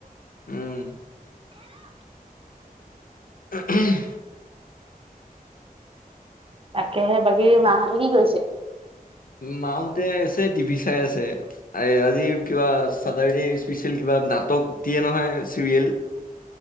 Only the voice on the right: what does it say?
তাকেহে বাকী মাহতে কি কৰিছে।